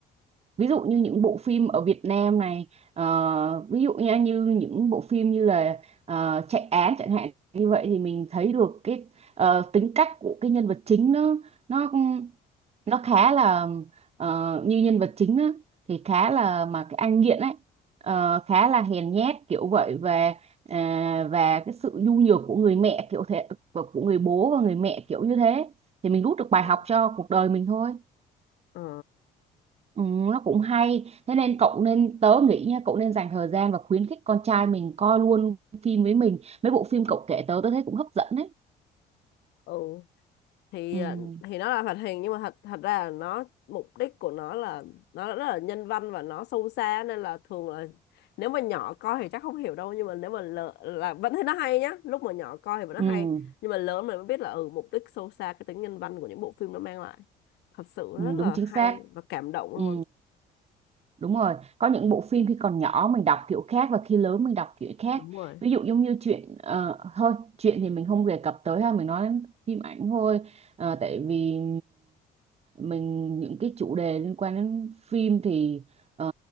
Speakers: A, on the right; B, on the left.
A: ví dụ như những bộ phim ở Việt Nam này ờ, ví dụ nha như những bộ phim như là ờ, chạy án chẳng hạn như vậy thì mình thấy được cái ờ, tính cách của cái nhân vật chính nó nó nó khá là ờ, như nhân vật chính á, thì khá là mà cái anh nghiện ấy ờ, khá là hèn nhát kiểu vậy và à, và cái sự nhu nhược của người mẹ kiểu thế của của người bố và người mẹ kiểu như thế thì mình rút
B: Ok.
A: được bài học cho cuộc đời mình thôi
B: ờ
A: Ừ, nó cũng hay thế nên cậu nên tớ nghĩ nha cậu nên dành thời gian và khuyến khích con trai mình coi luôn phim với mình mấy bộ phim cậu kể tớ tớ thấy cũng hấp dẫn đấy
B: ừ thì
A: ừ,
B: à, thì nó là hoạt hình nhưng mà thật thật ra là nó mục đích của nó là nó rất là nhân văn và nó sâu xa nên là thường là nếu mà nhỏ coi thì chắc không hiểu đâu nhưng mà nếu mà lợ, là vẫn thấy nó hay nhá lúc mà nhỏ coi thì vẫn nó
A: ừ,
B: hay nhưng mà lớn mình mới biết là ừ mục đích sâu xa cái tính nhân văn của những bộ phim nó mang lại thật sự
A: ừ,
B: rất là
A: đúng chính
B: hay
A: xác
B: và cảm động
A: ừ,
B: luôn
A: đúng rồi có những bộ phim khi còn nhỏ mình đọc kiểu khác và khi lớn mình đọc kiểu khác
B: đúng rồi
A: ví dụ giống như chuyện ờ, thôi chuyện thì mình không đề cập tới ha mình nói đến phim ảnh thôi Ờ, tại vì mình những cái chủ đề liên quan đến phim thì ờ,